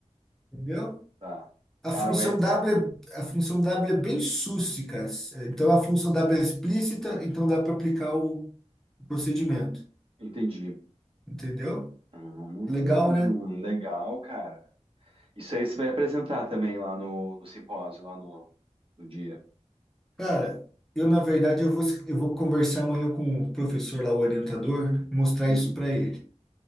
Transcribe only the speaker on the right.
Tá.
Cara,
ué,
entendi.
Ah,
legal, cara. Isso aí você vai apresentar também lá no, no simpósio, lá no, no dia.
Uhum.